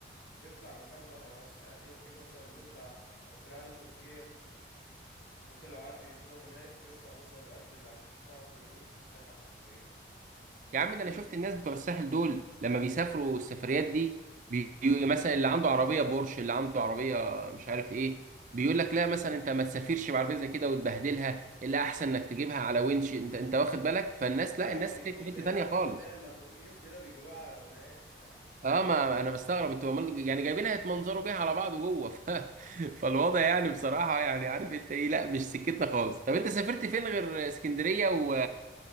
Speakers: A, on the left; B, on the right.
A: تطلع مكان بره مصر يعني احنا ممكن مثلا نطلع لو طلعنا تركيا ممكن لو قعدت اسبوع هناك تدفع مثلا القد اللي هتدفعه في يومين في الساحة الحرفية تركيا
B: يا عم ده انا شفت الناس بتوع الساحل دول لما بيسافروا السفريات دي بي... مثلا اللي عنده عربيه بورش اللي عنده عربيه مش عارف ايه بيقول لك لا مثلا انت ما تسافرش بعربيه زي كده وتبهدلها الا احسن انك تجيبها على وينش انت انت واخد بالك
A: بالظبط
B: فالناس لا
A: ايوه
B: الناس
A: بيجيبوا
B: في حته
A: اللي هي العربيات
B: تانيه خالص
A: اللي هي اللامبورجيني وكده بيجيبوها على وناقش يعني
B: اه ما انا بستغرب انتوا أمال- يعني جايبينها يتمنظروا بيها على بعض جوه ف... <laughs> فالوضع يعني بصراحه يعني عارف انت ايه لا مش سكتنا خالص طب انت سافرت فين غير اسكندريه و...